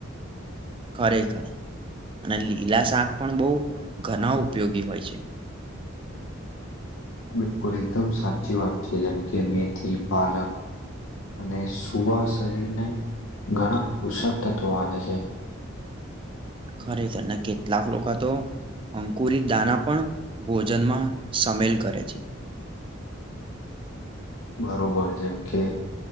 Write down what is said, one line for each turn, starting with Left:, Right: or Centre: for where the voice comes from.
Right: ખરે ખર અને લીલા શાક પણ બહુ ઘણા ઉપયોગી હોય છે <inaudible>
Left: બિલકુલ એકદમ સાચી વાત છે જેમ કે મેથી પાલક અને સુવા શરીરને ઘણા ઉષક તત્વો આવે છે
Right: ખરેખર ને કેટલાક લોકો હતો અંકુરીત દાના પણ ભોજનમાં સામેલ કરે છે <inaudible>
Left: બરોબર જેમ કે